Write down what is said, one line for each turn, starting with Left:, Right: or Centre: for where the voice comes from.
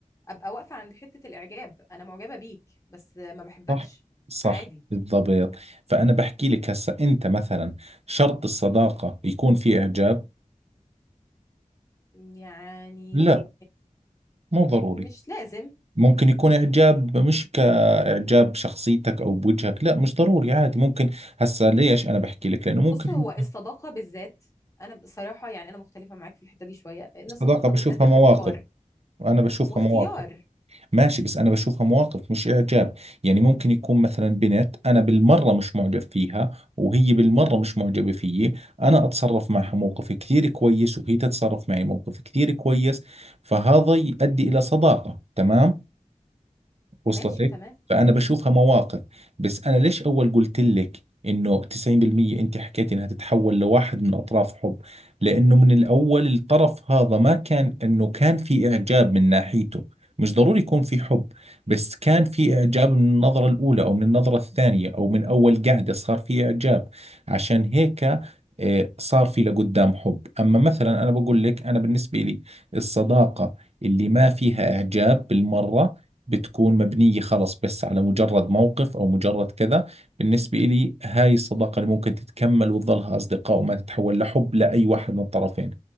Left: ابقى واقفة عند حتة الاعجاب انا معجبة بيك بس ما بحبكش
Right: صح صح
Left: عادي
Right: بالضبط فانا بحكي لك هسه انت مثلا شرط الصداقة يكون في اعجاب
Left: يعني
Right: لا مو ضروري
Left: مش لازم
Right: ممكن يكون إعجاب مش كإعجاب بشخصيتك أو بوجهك لا مش ضروري عادي ممكن هسا ليش أنا بحكي لك لأنه ممكن
Left: بص هو الصداقة بالذات انا بصراحة يعني انا مختلفة معاك في الحتة دي شوية ان
Right: الصداقة
Left: الصداقة
Right: بشوفها
Left: بالذات اختيار
Right: مواقف أنا بشوفها
Left: واختيار
Right: مواقف ماشي بس أنا بشوفها مواقف مش إعجاب يعني ممكن يكون مثلا بنت أنا بالمرة مش معجب فيها وهي بالمرة مش معجبة فيي أنا أتصرف معها موقف كثير كويس وهي تتصرف معي موقف كثير كويس فهذا يؤدي إلى صداقة تمام وصلتك
Left: ماشي تمام
Right: فانا بشوفها مواقف بس انا ليش اول قلت لك انه 90% انت حكيت انها تتحول لواحد من اطراف حب لانه من الاول الطرف هذا ما كان انه كان في اعجاب من ناحيته مش ضروري يكون في حب بس كان في اعجاب من النظرة الاولى او من النظرة الثانية او من اول قعدة صار في اعجاب عشان هيك آه، صار في لقدام حب اما مثلا انا بقول لك انا بالنسبة لي الصداقة اللي ما فيها اعجاب بالمرة بتكون مبنية خلص بس على مجرد موقف أو مجرد كذا بالنسبة إلي هاي الصداقة اللي ممكن تتكمل وتظلها أصدقاء وما تتحول لحب لأي واحد من الطرفين